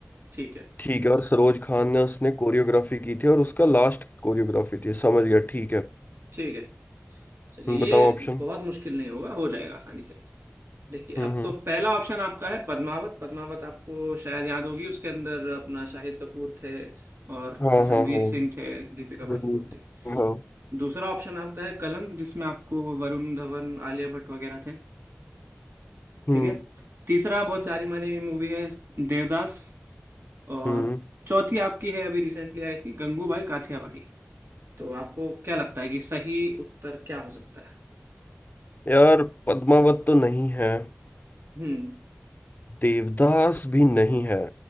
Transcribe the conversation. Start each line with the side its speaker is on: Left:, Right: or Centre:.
Right: ठीक है
Left: ठीक है और सरोज खान ने उसने कोरियोग्राफी की थी और उसका लास्ट कोरियोग्राफी थी समझ गया ठीक है
Right: ठीक है चलिए
Left: हम्म,
Right: ये
Left: बताओ ऑप्शन
Right: बहुत मुश्किल नहीं होगा हो जाएगा आसानी से देखिए
Left: हम्म
Right: अब
Left: हम्म
Right: तो पहला ऑप्शन आपका है पद्मावत पद्मावत आपको शायद याद होगी उसके अंदर अपना शाहिद कपूर थे और
Left: हाँ
Right: रणवीर
Left: हाँ हाँ
Right: सिंह थे दीपिका पादुकोण
Left: हम्म
Right: थी
Left: हाँ,
Right: दूसरा ऑप्शन आपका है कलंक जिसमें आपको वरुण धवन आलिया भट्ट वगैरह थे
Left: हम्म
Right: ठीक है तीसरा बहुत जानी मानी मूवी है देवदास और
Left: हम्म
Right: चौथी आपकी है अभी रिसेंटली आई थी गंगूबाई काठियावाड़ी तो आपको क्या लगता है कि सही उत्तर क्या हो सकता है
Left: यार पद्मावत तो नहीं है
Right: हम्म
Left: देवदास भी नहीं है